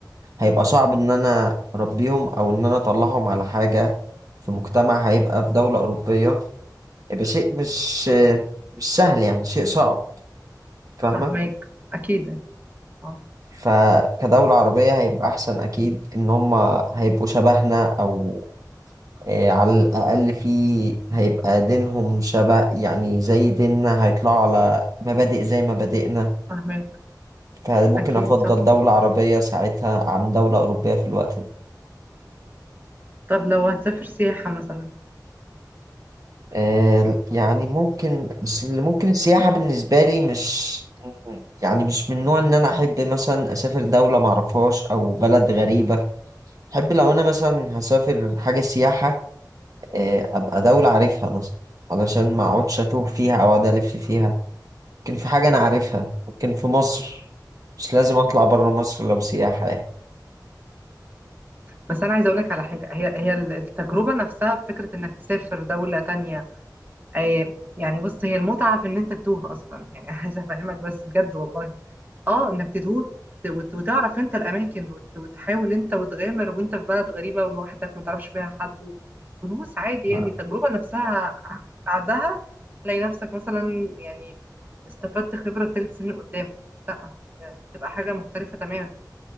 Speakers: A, on the right (about 50°); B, on the right (about 25°).
A: هيبقى صعب إن أنا أربيهم أو إن أنا أطلعهم على حاجة في مجتمع هيبقى في دولة أوروبية هيبقى شيء مش آه، مش سهل يعني شيء صعب فاهمة
B: فاهمك اكيد اه
A: فكدولة عربية هيبقى أحسن أكيد إن هما هيبقوا شبهنا أو آه، على الأقل في هيبقى دينهم شبه يعني زي ديننا هيطلعوا على مبادئ زي مبادئنا
B: فاهمك
A: فممكن
B: اكيد
A: أفضل
B: صح
A: دولة عربية ساعتها عن دولة أوروبية في الوقت ده
B: طب لو هتسافر سياحة مثلا
A: آه، يعني ممكن بس اللي ممكن السياحة بالنسبة لي مش يعني مش من نوع إن أنا أحب مثلا أسافر دولة معرفهاش أو بلد غريبة أحب لو أنا مثلا هسافر حاجة سياحة آه، أبقى دولة عارفها مثلا علشان ما أقعدش أتوه فيها أو أقعد ألف فيها ممكن في حاجة أنا عارفها ممكن في مصر مش لازم أطلع برا مصر لو سياحة يعني
B: بس انا عايزه اقول لك على حاجه هي هي التجربه نفسها في فكره انك تسافر دوله تانية آه، يعني بص هي المتعه في ان انت تتوه اصلا يعني <laughs> عايزه افهمك بس بجد والله اه انك تتوه وت- وتعرف انت الاماكن وت- وتحاول انت وتغامر وانت في بلد غريبه ولوحدك ما تعرفش فيها حد و- وتدوس عادي
A: ما-
B: يعني التجربه نفسها بعدها تلاقي نفسك مثلا يعني استفدت خبره ثلاث سنين قدام لا بتبقى حاجه مختلفه تماما